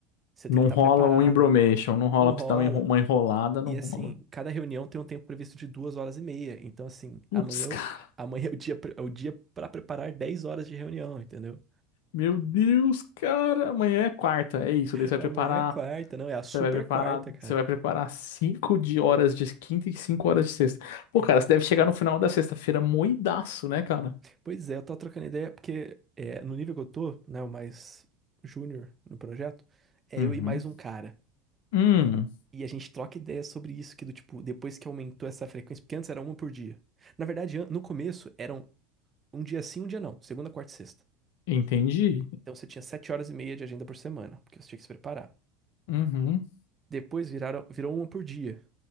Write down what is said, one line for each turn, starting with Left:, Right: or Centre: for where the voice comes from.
Right: você
Left: Não
Right: tem que estar
Left: rola
Right: preparado.
Left: um embromation, não rola
Right: Não rola.
Left: pra você dar uma enro- uma enrolada, não
Right: E
Left: rola.
Right: assim, cada reunião tem um tempo previsto de duas horas e meia. Então, assim,
Left: Putz,
Right: amanhã, eu-
Left: cara.
Right: amanhã é o dia, pre- é o dia para preparar 10 horas de reunião, entendeu?
Left: Meu Deus, cara. Amanhã é quarta, é isso. Daí você
Right: Amanhã
Left: vai preparar.
Right: é quarta, não, é a super
Left: Você vai preparar.
Right: quarta, cara.
Left: Você vai preparar cinco de horas de quinta e cinco horas de sexta. Pô,
Right: É.
Left: cara, você deve chegar no final da sexta-feira moidaço, né, cara?
Right: Pois é, eu tô trocando ideia, porque é, no nível que eu tô, né, o mais júnior no projeto, é
Left: Uhum.
Right: eu e mais um cara.
Left: Hum,
Right: E a gente troca ideia sobre isso, que do tipo, depois que aumentou essa frequência, porque antes era uma por dia. Na verdade, an- no começo eram um dia sim, um dia não, segunda, quarta e sexta.
Left: entendi.
Right: Então você tinha sete horas e meia de agenda por semana, porque você tinha que se preparar.
Left: Uhum.
Right: Depois viraram, virou uma por dia.